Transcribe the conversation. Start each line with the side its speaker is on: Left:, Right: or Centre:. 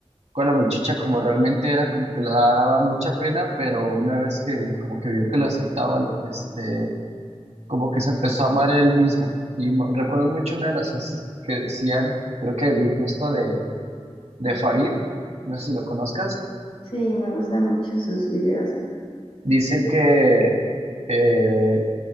Right: con la muchacha como realmente era, como que le daba mucha pena, pero una vez que como que vio que lo aceptaba, este, como que se empezó a amar él mismo. Y mo- recuerdo mucho una de las frases que decían, creo que vi justo de, de Farid, no sé si lo conozcas,
Left: Sí, me gustan mucho sus videos.
Right: dice que eh,